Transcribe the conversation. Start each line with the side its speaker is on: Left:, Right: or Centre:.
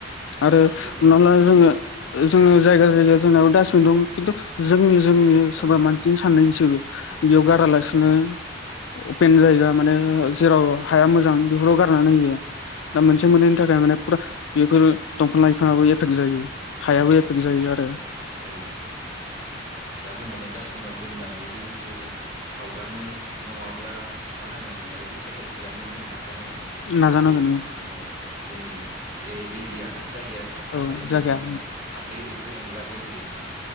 Left: आरो
Right: ओं
Left: हमना
Right: बेखौनो
Left: ला
Right: उम
Left: जोङो जोंङो जायगा जायगा जोंनाव दास दं खिन्थु जोंनि। जोंनि सोरबा
Right: औ
Left: मानसिनि साननायनिसो बे बेयाव गारालासिनो।
Right: औ
Left: अपेन जायगा माने जेराव हाया मोजां बेफोराव गारनानै
Right: उम
Left: होयो
Right: औ
Left: दा मोनसे मोननैनि थाखाय माने। फुरा बेफोर दंफां लाइफाङाबो एफेक्ट जायो हायाबो
Right: उम औ
Left: एफेक्ट जायो आरो।
Right: औ दा जों माने डासटबिनाव दोननानै बे बुस्थुखौ जों सावगारनो नङाब्ला मा होनोमोनलाय रिसाइकोल खालामनो जोंना। नाजानांगोन जाहाथे
Left: नाजानांगोन नोङो
Right: जों। जोंनि जे एरिया ना। जायगाया साफा
Left: औ
Right: थागोन
Left: जायगाया
Right: बायदि माने थामफै एम एमफौ एनला जायिबायदि।